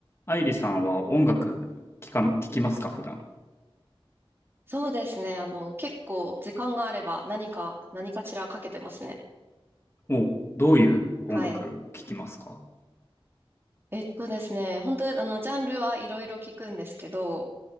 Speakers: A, on the left; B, on the right.
A: アイリさんは音楽聞か、聞きますか、普段。
B: そうですね。あの、結構時間があれば何か、何かしらかけてますね。
A: おう、どういう音楽聞きますか
B: はい。えっとですね、本当にあの、ジャンルはいろいろ聞くんですけど、